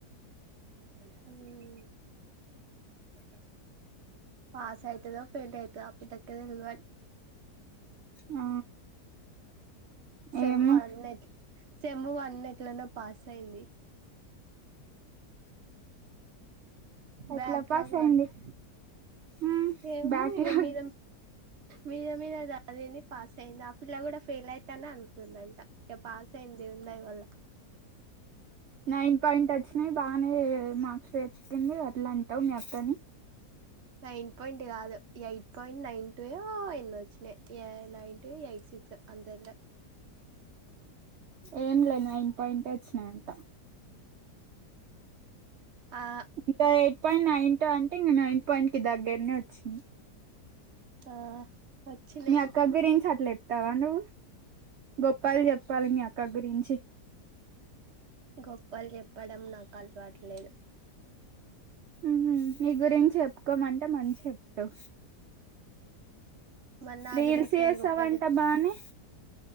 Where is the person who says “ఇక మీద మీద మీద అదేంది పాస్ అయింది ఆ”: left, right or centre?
Right